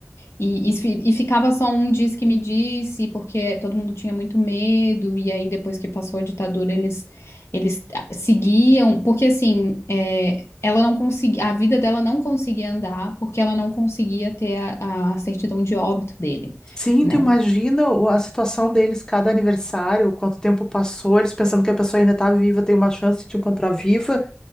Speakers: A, on the left (about 65°); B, on the left (about 15°).
A: E, e, fi- e ficava só um diz que me disse, porque todo mundo tinha muito medo, e aí depois que passou a ditadura, eles, eles ah, seguiam, porque assim, é, ela não conseguia, a vida dela não conseguia andar, porque ela não conseguia ter a, a certidão de óbito dele,
B: Sim,
A: né?
B: tu imagina o- a situação deles, cada aniversário, quanto tempo passou, eles pensando que a pessoa ainda tá viva, tem uma chance de te encontrar viva,